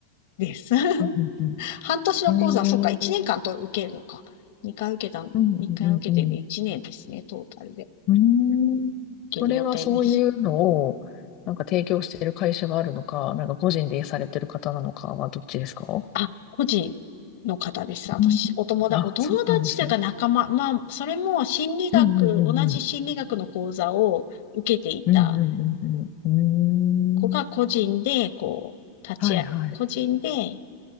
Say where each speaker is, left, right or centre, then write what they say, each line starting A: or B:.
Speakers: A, on the left; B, on the left.
A: です。<laughs>
B: うんうんうん。
A: 半年の講座、
B: えー、
A: そうか、1年間と受けるのか。2回受けた、
B: うんうんうんうん。
A: 二回受けてね、1年ですね、トータルで
B: うーん。
A: 受ける予定です。
B: それはそういうのを、なんか提供している会社があるのか、なんか個人でされてる方なのかはどっちですか
A: あ、個人の方です。あとし、
B: うんあ、
A: お友達、お友達というか仲間、
B: そうなんですね。
A: まあ、それも心理学、
B: うんうんうんうん。
A: 同じ心理学の講座を受けていた
B: うんうんうんうん。
A: 子が個人で、
B: うーん。
A: こう、立ち会、
B: はいはい。
A: 個人で